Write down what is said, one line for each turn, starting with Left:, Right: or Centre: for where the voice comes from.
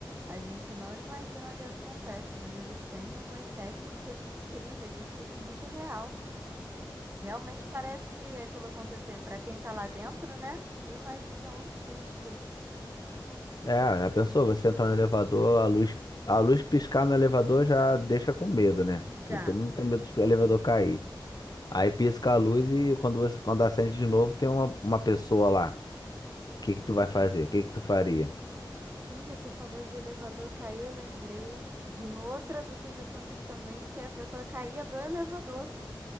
Right: A gente não imagina o que acontece, mas eles têm umas técnicas incríveis, de tudo muito real. Realmente parece que aquilo aconteceu para quem tá lá dentro, né? Imagina o susto.
Left: É, já pensou? Você entrar no elevador, a luz, a luz piscar no elevador já deixa com medo, né?
Right: Já.
Left: Porque todo mundo tem medo de o elevador cair. Aí pisca a luz e quando você, quando acende de novo tem uma, uma pessoa lá. O que que tu vai fazer? O que que tu faria?
Right: Gente, você falou de elevador cair, eu lembrei de outra do Silvio Santos também, que a pessoa caía do elevador.